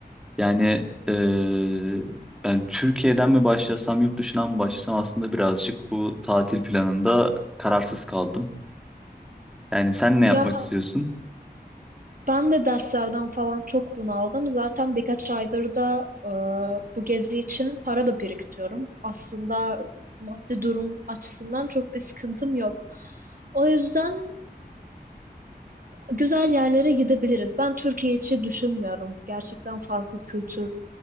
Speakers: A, in the centre; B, on the right (about 55°).
A: Yani eee, ben Türkiye'den mi başlasam, yurt dışından mı başlasam aslında birazcık bu tatil planında kararsız kaldım. Yani sen ne
B: Ya
A: yapmak istiyorsun?
B: ben de derslerden falan çok bunaldım. Zaten birkaç aydır da e, bu gezi için para da biriktiriyorum. Aslında maddi durum açısından çok bir sıkıntım yok. O yüzden güzel yerlere gidebiliriz. Ben Türkiye içi düşünmüyorum. Gerçekten farklı kültür